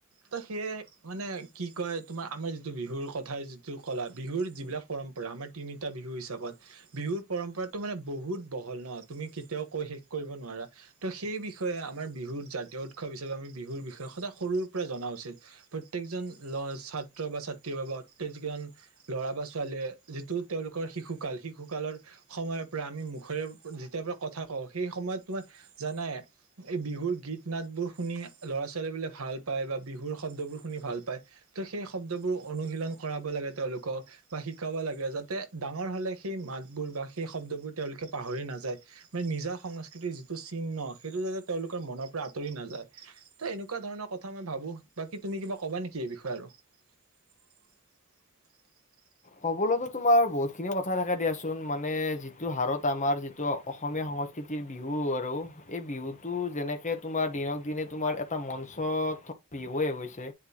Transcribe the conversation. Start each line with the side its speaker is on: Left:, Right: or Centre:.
Right: ত' সেয়ে মানে কি কয় তোমাৰ আমাৰ যিটো বিহুৰ কথাৰ যিটো কলা বিহুৰ যিবিলাক পৰম- পৰা, আমাৰ তিনিটা বিহু হিচাপত বিহুৰ পৰম্পৰাটো মানে বহুত বহল ন' তুমি কেতিয়াও কয় শেষ- কৰিব নোৱাৰা ত' সেই বিষয়ে আমাৰ বিহু জাতীয় উৎসৱ হিচাপে আমি বিহুৰ বিষয়ে সদায় সৰুৰ পৰাই জনা উচিত প্ৰত্যেকজন ল' ছাত্ৰ বা ছা- <unintelligible> ল'ৰা বা ছোৱালীয়ে যিটো তেওঁলোকৰ শিশুকাল, শিশুকালৰ সম- য়ৰ পৰা আমি মুখেৰে যেতিয়াৰ পৰা কথা কওঁ সেই সময়ত তোমাৰ জানাই এই বিহুৰ গীত নাটবোৰ শুনি ল'ৰা ছোৱালী বোলে ভাল পায় বা বিহুৰ শব্দবোৰ শুনি ভাল পায় তো' সেই শব্দবোৰ অনুশীলন কৰাব লাগে তেওঁলোকক বা শিকাব লাগে, যাতে ডাঙৰ হলে সেই মাতবোৰ বা সেই শব্দবোৰ তেওঁলোকে পাহৰি নাযায় মানে নিজা সংস্কৃতিৰ যিটো চিহ্ন সেইটো যাতে তেওঁলোকৰ মনৰ পৰা আঁ- তৰি নাযায়। ত' এনেকুৱা ধৰণৰ কথা মই ভাবো বাকী তুমি কিবা কবা নেকি এই বিষয়ে আৰু? <inaudible>
Left: কবলৈতো তোমাৰ বহুত খিনি কথা থাকে দিয়াচোন মানে যিটো হাৰত আমাৰ যিটো অসমীয়া স- ংস্কৃতিৰ বিহু আৰু এই বিহুটো যেনেকে তোমাৰ দিনক দিনে তোমাৰ এটা মঞ্চত থ বিহুয়ে হৈ গৈছে